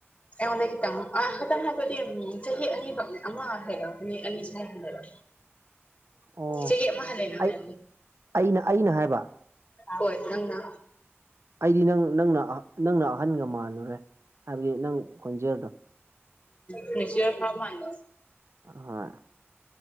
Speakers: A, on the left (about 30°); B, on the right (about 75°).
A: ꯑꯩꯉꯣꯟꯗ ꯈꯤꯇꯪ ꯈꯤꯇꯪ ꯍꯥꯏꯕꯗꯤ ꯆꯍꯤ ꯑꯅꯤꯈꯛ ꯑꯃ ꯍꯥꯏꯔꯣ ꯃꯤ ꯑꯅꯤ ꯁꯦ ꯍꯥꯏ ꯍꯥꯏꯔꯣ
B: ꯑꯣ
A: ꯆꯒꯠ ꯃꯍꯜꯂꯦꯅ
B: ꯑꯩ ꯑꯩꯅ ꯑꯩꯅ ꯍꯥꯏꯕ
A: ꯍꯣꯏ ꯂꯪꯗ
B: ꯑꯩꯗꯤ ꯅꯪ ꯅꯪꯅ ꯅꯪꯅ ꯑꯍꯟꯒ ꯃꯥꯜꯂꯨꯔꯦ ꯍꯥꯏꯕꯗꯤ ꯅꯪ ꯈꯣꯟꯖꯦꯜꯗꯣ
A: ꯎ ꯃꯤꯁꯤꯔ ꯐꯥ ꯃꯥꯥꯟꯂ
B: ꯍꯣꯏ